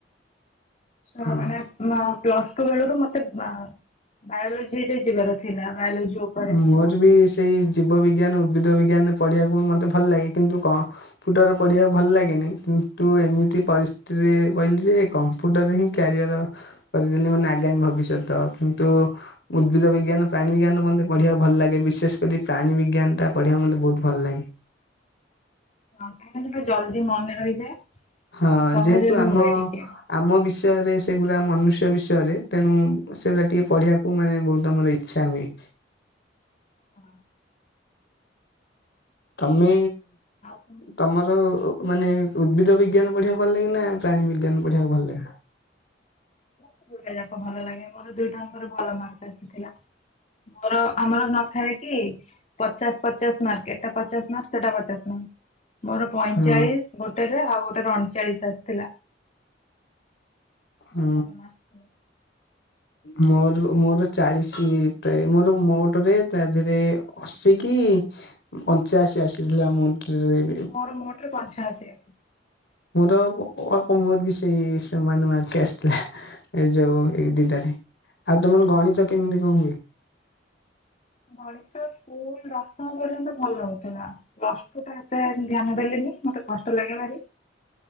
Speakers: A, on the left; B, on the left.
A: ହ
B: ହଁ।
A: ମାନେ ମ ପ୍ଲସ ଟୁ ବେଳକୁ ମତେ ବା ବାୟୋଲୋଜିରେ ଯିବାର ଥିଲା ବାୟୋଲୋଜି। ଉପରେ
B: ମୋର
A: କିନ୍ତୁ
B: ବି ସେଇ ଜୀବ ବିଜ୍ଞାନ ଉଦ୍ଭିଦ ବିଜ୍ଞାନ ପଢିବାକୁ ମତେ ଭଲ ଲାଗେ କିନ୍ତୁ କଅ ଫୁଟରେ ପଢିବାକୁ ଭଲ ଲାଗେନି କିନ୍ତୁ ଏମିତି ପରିସ୍ଥିତିରେ କହିଲି ଯେ କମ୍ କମ୍ପ୍ୟୁଟର ହିଁ କ୍ୟାରିଅର। କରିଦେଲି ମାନେ ଆଗାମୀ ଭବିଷ୍ୟତ କିନ୍ତୁ ଉଦ୍ଭିଦ ବିଜ୍ଞାନ
A: ହଁ
B: ପ୍ରାଣୀ ବିଜ୍ଞାନ ବ ପଢ଼ିବାକୁ ଭଲ ଲାଗେ ବିଶେଷ କରି ପ୍ରାଣୀ ବିଜ୍ଞାନ ଟା ପଢ଼ିବାକୁ ମୋତେ ବହୁତ ଭଲ ଲାଗେ।
A: ହଁ କାହିଁକି ସେଟା ଜଲଦି ମନେ ରହିଯାଏ
B: ହଁ
A: ଆଉ ସହଜ
B: ଯେହେତୁ
A: ବି
B: ଆମ
A: ହୁଏ ଟିକେ।
B: ଆମ ବିଷୟରେ ସେଗୁଡା ମନୁଷ୍ୟ ବିଷୟରେ ତେଣୁ ସେଗୁଡା ଟିକେ ପଢିବାକୁ ମାନେ ବହୁତ ଆମର ଇ ଇଚ୍ଛା ହୁଏ।
A: ଆଉ
B: ତମେ
A: ତମକୁ
B: ତମର - ମାନେ ଉଦ୍ଭିଦ ବିଜ୍ଞାନ ପଢିବାକୁ ଭଲ ଲାଗେ ନା ପ୍ରାୀ ବିଜ୍ଞାନ ପଢିବାକୁ ଭଲ ଲାଗେ?
A: ମୋତ ଦୁଇଟା ଯାକ ଭଲ ଲାଗେ ମୋର ଦୁଇଟା ଙ୍କର ଭଲ ମାର୍କ ଆସିଥିଲା। ମୋର ଆମର ନଥାଏ କି? ପଚାଶ ପଚାଶ ମାର୍କ ଏଟା ପଚାଶ ମାର୍କ ସେଟା ପଚାଶ ମାର୍କ। ମୋର ପଇଁଚାଳିଶ
B: ହଁ
A: ଗୋଟେରେ ଆଉ ଗୋଟେରେ ଅଣଚାଳିଶ ଆସିଥିଲା।
B: ହଁ।
A: ଭଲ ମାର୍କ ଥିଲା
B: ମୋର ମୋର ଚାଳିଶ ପ୍ରାୟ ମୋର ମୋଟରେ ତା ଦେହରେ ଅଶୀ କି ପଞ୍ଚାଅଶୀ ଆସିଥିଲା ମୋ। <inaudible>
A: ମୋର ମୋଟରେ ପଞ୍ଚା ଅଶି।
B: ମୋର ଅ <inaudible> ସେଇ ସମାନ ମାର୍କ ଆସିଥିଲା। ଏଇ ଯୋଉ ଏଇ ଦିଟ ଆଉ ତମର ଗଣିତ କେମିତି କଣ ହୁଏ?
A: ଗଣିତ ସ୍କୁଲ ଦଶମ ପର୍ଯ୍ୟନ୍ତ ଭଲ ହଉଥିଲା। କଷ୍ଟ ଟା ଏତେ ଧ୍ୟାନ ଦେଲିନି ମତେ କଷ୍ଟ ଲାଗେଭାରୀ।